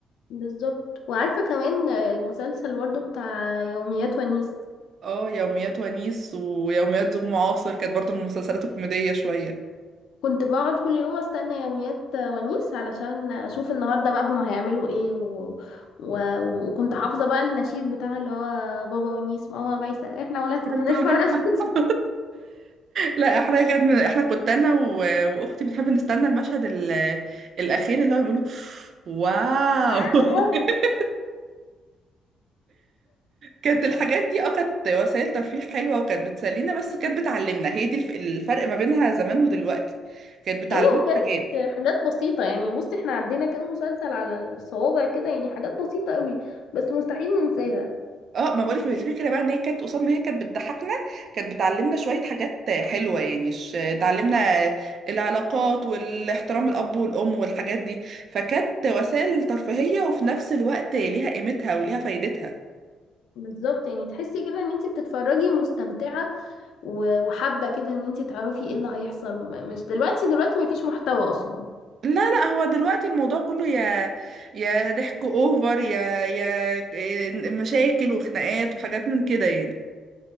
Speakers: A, on the left (about 80°); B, on the right (about 60°).
A: بالظبط وعارفه كمان المسلسل برضه بتاع يوميات ونيس
B: اه يوميات ونيس ويوميات زوج معاصر كانت برضو من المسلسلات الكوميدية شوية
A: كنت بقعد كل يوم استنى يوميات ونيس علشان اشوف النهارده بقى هم هيعملوا ايه و... و... وكنت حافظه بقى النشيد بتاع اللي هو بابا ونيس ماما بايسه احنا ولادكم
B: <laughs>
A: هنرفع راسنا
B: لا احنا كان احنا كنت انا و- واختي بنحب نستنى المشهد ال- الاخير اللي هو بيقولوا واو
A: <laughs>
B: <laughs>
A: آه.
B: كانت الحاجات دي اه كانت وسائل ترفيه حلوه وكانت بتسلينا بس كانت بتعلمنا هي دي الف- الفرق ما بينها زمان ودلوقتي كانت بتعلمنا
A: ايوه كانت
B: حاجات
A: حاجات بسيطه يعني بصي احنا عدينا كان مسلسل على الصوابع كده يعني حاجات بسيطه قوي بس مستحيل ننساها
B: اه ما بقولك الفكره بقى ان هي كانت قصاد ما هي كانت بتضحكنا كانت بتعلمنا شويه حاجات حلوه يعني ش- تعلمنا العلاقات والاحترام الاب والام والحاجات دي فكانت وسائل ترفيهيه وفي نفس الوقت ليها قيمتها وليها فايدتها
A: بالظبط يعني تحسي كده ان انت بتتفرجي مستمتعه و- وحابه كده ان انت تعرفي ايه اللي هيحصل م- مش دلوقتي دلوقتي مفيش محتوى اصلا
B: لا لا هو دلوقتي الموضوع كله يا يا ضحك اوفر يا يا مشاكل وخناقات وحاجات من كده يعني